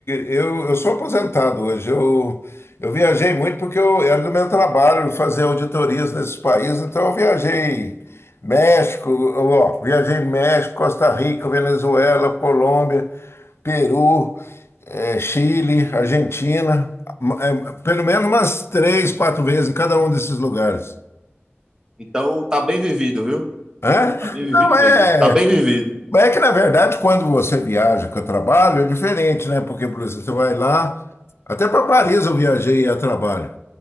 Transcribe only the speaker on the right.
Então, tá bem vivido, viu?
Tá bem vivido
mesmo.
Tá bem vivido.